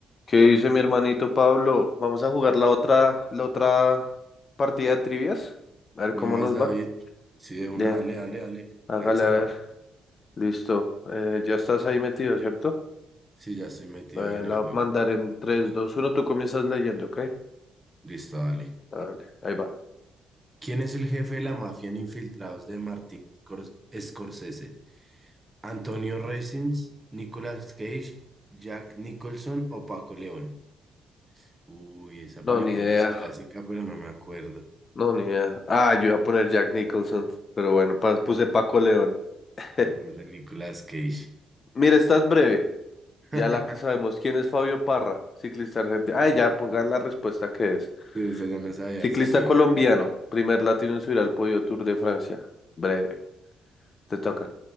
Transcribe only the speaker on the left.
¿Qué dice mi hermanito Pablo? Vamos a jugar la otra, la otra partida de trivias. A ver
cómo nos
va.
Ya,
hágale
a ver. Listo. Eh, ya estás ahí metido, ¿cierto?
Bueno,
ahí la
voy a mandar en tres, dos, uno. Tú comienzas leyendo, ¿ok?
Dale, ahí va.
No,
ni idea.
No, ni idea. Ah, yo iba a poner Jack Nicholson. Pero bueno, pa- puse Paco León. <laughs>
Mira, estás breve.
Ya la que sabemos. ¿Quién es Fabio Parra? Ciclista argentino. Ay, ya pongan la respuesta que es.
Ciclista
colombiano, primer latino en subir al podio Tour de Francia. Breve, te toca.